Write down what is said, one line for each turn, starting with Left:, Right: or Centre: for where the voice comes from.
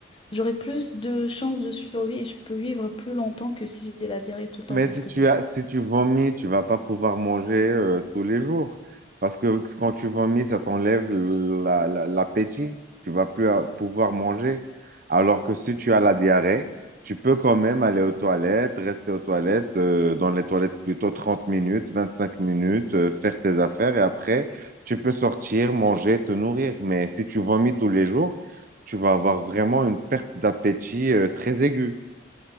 Left: j'aurai plus de chances de survie et je peux vivre plus longtemps que si j'ai la diarrhée tout le temps
Right: Mais
Left: parce
Right: si
Left: que
Right: tu as, si tu vomis, tu vas pas pouvoir manger euh, tous les jours. Parce que quand tu vomis, ça t'enlève la- la- l'appétit. Tu vas plus euh, pouvoir manger. Alors que si tu as la diarrhée, tu peux quand même aller aux toilettes, rester aux toilettes, euh, dans les toilettes plutôt 30 minutes, 25 minutes, euh, faire tes affaires et après, tu peux sortir, manger, te nourrir. Mais si tu vomis tous les jours, tu vas avoir vraiment une perte d'appétit euh, très aiguë.